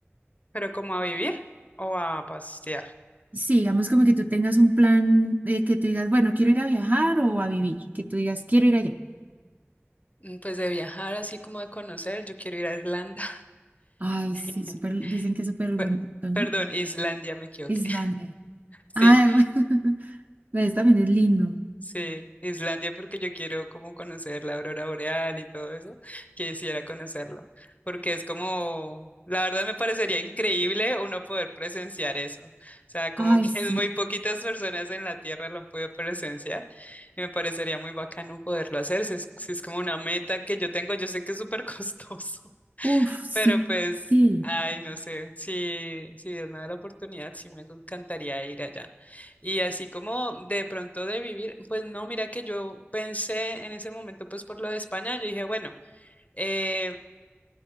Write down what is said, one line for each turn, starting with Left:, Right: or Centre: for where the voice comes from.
Left: pero como a vivir o a pasear.
Right: Sí, digamos como que tú tengas un plan eh, que tú digas, bueno, quiero ir a viajar o a vivir, que tú digas, quiero ir allá.
Left: Mm, Pues de viajar, así como de conocer, yo quiero ir a Irlanda.
Right: Ay,
Left: <laughs>
Right: sí, súper, dicen que es súper bonito,
Left: Pe-
Right: ¿no?
Left: Perdón, Islandia, me equivoqué.
Right: Islandia.
Left: <laughs> Sí,
Right: Ay, <laughs> pues también es lindo.
Left: sí, Islandia porque yo quiero como conocer la aurora boreal y todo eso, quisiera conocerlo, porque es como, la verdad me parecería increíble uno poder presenciar eso. O sea, como
Right: Ay,
Left: que
Right: sí.
Left: es muy poquitas personas en la Tierra lo han podido presenciar y me parecería muy bacano poderlo hacer, si es, si es como una meta que yo tengo, yo sé que es súper <laughs> costoso.
Right: Uf, sí.
Left: Pero pues,
Right: Sí.
Left: ay, no sé, si, si Dios me da la oportunidad, sí me encantaría ir allá. Y así como de pronto de vivir, pues no, mira que yo pensé en ese momento, pues por lo de España, yo dije, bueno, eh,